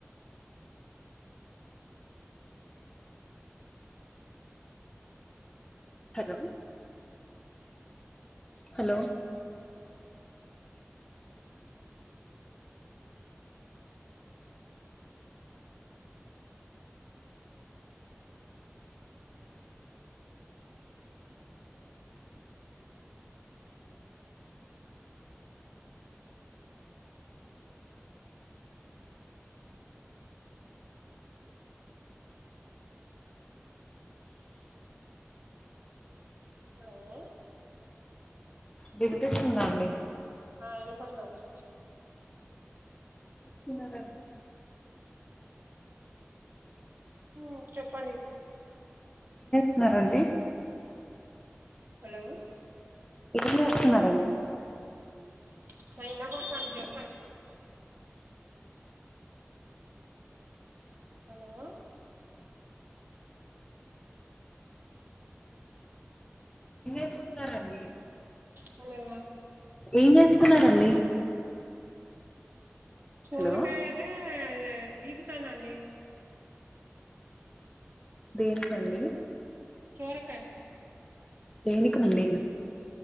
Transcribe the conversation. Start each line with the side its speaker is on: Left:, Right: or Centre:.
Left: hello hello
Right: అ ఉఓ హలో
Left: వినిపిస్తుందండి
Right: ఆ వినపడతంది
Left: <inaudible>
Right: హ్మ్, చెప్పండి
Left: న్నారండి
Right: హలో
Left: ఏం చేస్తున్నారండి
Right: <unintelligible> హలో
Left: ఇస్తున్నారండి
Right: హలో
Left: ఏం చేస్తున్నారండి
Right: సోరకాయ
Left: హలో
Right: అంటే బె గీకుతానండి
Left: దేనికండి
Right: సోరకాయ
Left: దేనికండి